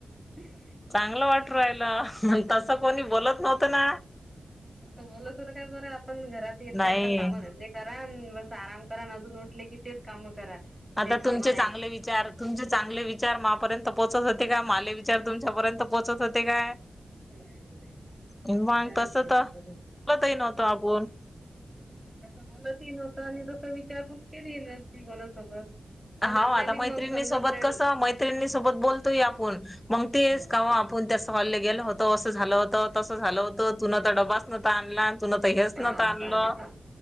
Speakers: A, in the centre; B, on the left.
A: <inaudible>
B: चांगलं वाटून राहिला, मंग तसं कोणी बोलत नव्हतं ना.
A: असं बोलत होतो काय बरं, आपण घरात एकदा
B: नाही.
A: कामा धंदे करा, अन् बस आराम करा, अन् अजून उठले की, तेच कामं करा.
B: आता
A: जे कामं
B: तुमचे
A: आहेत.
B: चांगले विचार तुमचे चांगले विचार मापर्यंत पोहोचत होते काय? माले विचार तुमच्यापर्यंत पोहोचत होते काय?
A: नाही नाही
B: <unintelligible>
A: खरंच
B: तस तर
A: नाही
B: <unintelligible> नव्हत आपण.
A: तसं बोलतही नव्हत आणि तस विचार पण केली नव्हती कोणासोबत. पण
B: हाव,
A: आपल्याली
B: आता मैत्रिणी
A: मग समजा
B: सोबत
A: फ्रेंड
B: कसं मैत्रिणी सोबत बोलतोय आपुण. मग तेच
A: हम्म
B: कवा आपण त्यास हॉलला गेल होत, असं झालं होतं. तसं झालं होतं, तुन तर डबाच नव्हता आणला, अन् तुन तर हेच
A: हा
B: नव्हतं आणलं.
A: हा